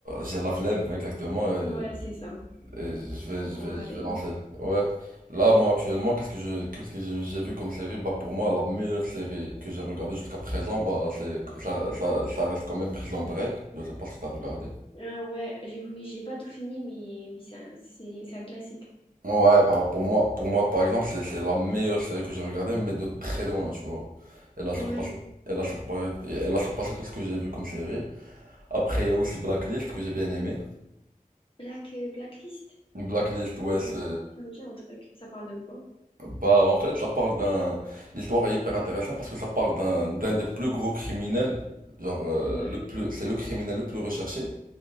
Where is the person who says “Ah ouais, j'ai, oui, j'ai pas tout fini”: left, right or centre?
Left